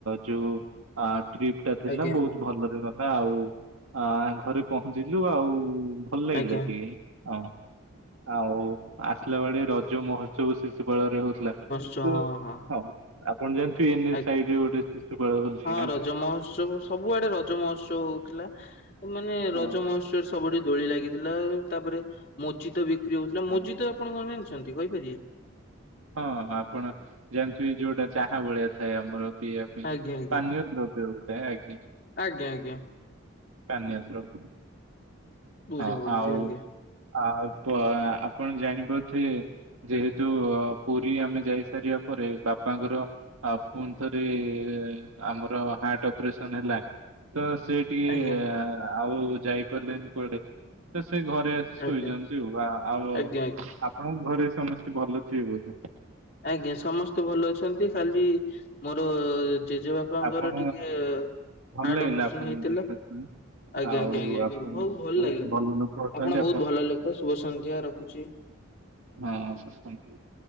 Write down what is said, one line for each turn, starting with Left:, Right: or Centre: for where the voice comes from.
Right: ଯୋଉ ଆ ଟ୍ରିପ ଟା ଥିଲା,
Left: ଆଜ୍ଞା ଆଜ୍ଞା।
Right: ବହୁତ ଭଲ ରେ ଗ ଥିଲା ଆଉ, ଆ ଘରେ ପହଞ୍ଚିଲୁ ଆଉ ଭଲ ଲାଗିଲା
Left: ଆଜ୍ଞା
Right: ଟିକେ, ହଁ। ଆଉ ଆସିଲା ବେଳେ ରଜ ମହୋତ୍ସବ ଶିଶୁପାଳରେ ହଉଥିଲା।
Left: ଆଚ୍ଛା,
Right: ତ
Left: ହଁ, ହଁ।
Right: <unintelligible> ଏନ
Left: ଆଜ୍ଞା,
Right: ସାଇଡରେ ଗୋଟେ ଶିଶୁପାଳ ବୋଲି
Left: ହଁ,
Right: ଗାଁ
Left: ରଜ ମହୋତ୍ସବ, ସବୁଆଡେ ରଜ ମହୋତ୍ସବ ହଉଥିଲା। ମାନେ
Right: ହଁ
Left: ରଜମହୋ ତ୍ସବ ସବୁଠି ଦୋଳି ଲାଗିଥିଲା। ତାପରେ ମୋଜିତ ବିକ୍ରି ହଉଥିଲା।
Right: ହଁ
Left: ମୋଜିତ ଆପଣ କଣ ଜାଣିଛ? ଅଛନ୍ତି କହିପାରିବେ?
Right: ହଁ, ଆପଣ ଜାଣିଥିଵେ, ଯୋଉଟା ଚାହା ଭଳିଆ ଥାଏ ଆମର। ପିଇବା ପାଇଁ
Left: ଆଜ୍ଞା ଆଜ୍ଞା।
Right: ପାନୀୟ ଦ୍ରବ୍ୟ ଗୋଟାଏ, ଆଜ୍ଞା।
Left: ଆଜ୍ଞା, ଆଜ୍ଞା।
Right: ପାନୀୟ ଦ୍ରବ୍ୟ।
Left: ବୁଝା
Right: ହଁ,
Left: ପଡୁଛି
Right: ଆଉ
Left: ଆଜ୍ଞା
Right: ଆପ-ଆପଣ ଜାଣିପାରୁଥିବେ। ଯେହେତୁ ପୁରୀ ଆମେ ଯାଇ ସାରିବା ପରେ ବାପାଙ୍କର ଆଉ ପୁଣି ଥରେ ଆମର ହାର୍ଟ ଅପରେସନ୍‌ ହେଲା ତ ସେ ଇଏ
Left: ଆଜ୍ଞା
Right: ଆଉ ଯାଇପାରିଲେନି କୁଆଡେ ତ ସେ ଘରେ ଶୋଇଛନ୍ତି,
Left: ଆଜ୍ଞା
Right: ଆ ଆଉ
Left: ଆଜ୍ଞା ଆଜ୍ଞା।
Right: ଆପଣଙ୍କ ଘରେ ସମସ୍ତେ ଭଲ ଥିବେ ବୋଧେ।
Left: ଆଜ୍ଞା, ସମସ୍ତେ ଭଲ ଅଛନ୍ତି। ଖାଲି ମୋର ଜେଜେବାପ ବାପାଙ୍କର
Right: ଆପଣ
Left: ଟିକେ
Right: ଭଲ
Left: ହାର୍ଟ
Right: ଲାଗିଲା
Left: ଅପରେସନ୍‌
Right: ଆପଣଙ୍କ
Left: ହେଇଥିଲା।
Right: କଥା ଶୁଣି
Left: ଆଜ୍ଞା,
Right: ଆଉ
Left: ଆଜ୍ଞା, ଆଜ୍ଞା,
Right: ଆପଣ
Left: ବହୁତ ଭଲ
Right: ବହୁତ
Left: ଲାଗିଲା।
Right: ଭଲ ଲୋକ ଅଛନ୍ତି
Left: ଆପଣ ବହୁତ ଭଲ ଲୋକ। ଶୁଭ ସଂନ୍ଧ୍ୟା, ରଖୁଛି।
Right: ହଁ <unintelligible>